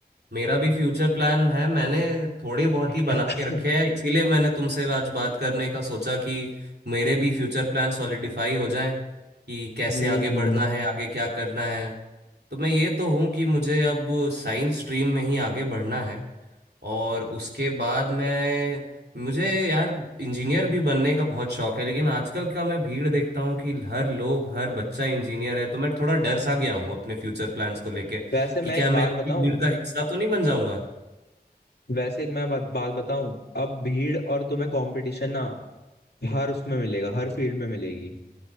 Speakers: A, on the right (about 80°); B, on the left (about 80°).
A: मेरा भी फ्यूचर प्लान है मैंने थोड़ी बहुत ही
B: <laughs>
A: बना के रखे
B: हम्म
A: हैं इसीलिए मैंने तुमसे आज बात करने का सोचा कि मेरे भी फ्यूचर प्लान सॉलिडिफाई हो जाएं कि कैसे
B: हम्म
A: आगे बढ़ना है आगे क्या करना है तो मैं ये तो हूँ कि मुझे अब साइंस स्ट्रीम में ही आगे बढ़ना है और उसके बाद मैं मुझे यार इंजीनियर भी बनने का बहुत शौक है लेकिन आजकल का मैं भीड़ देखता हूँ कि हर लोग हर बच्चा इंजीनियर है तो मैं थोड़ा डर सा गया हूँ अपने फ्यूचर प्लान्स को लेके
B: वैसे मैं
A: कि क्या
B: एक बात
A: मैं उसी
B: बताऊं
A: भीड़ का हिस्सा तो नहीं बन जाऊंगा
B: वैसे एक मैं बात बात बताऊं अब भीड़ और तुम्हें कंपटीशन ना हर उसमें मिलेगा हर फील्ड में मिलेगी